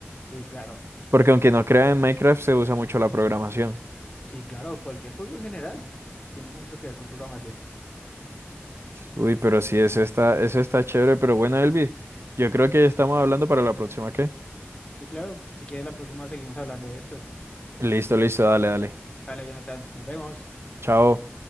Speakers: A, on the left (about 25°); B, on the right (about 65°).
A: Sí, claro,
B: Porque
A: pues
B: aunque no creas en Minecraft, se usa mucho la programación.
A: sí, claro, cualquier juego en general tiene mucho que ver con programación.
B: Uy, pero sí, es está, eso está chévere, pero bueno, Elvis, yo creo que estamos hablando para la próxima, ¿qué?
A: Sí, claro. Si quieres, la próxima seguimos hablando de esto.
B: Listo, listo, dale, dale.
A: Dale, Jonathan. Nos vemos.
B: Chao.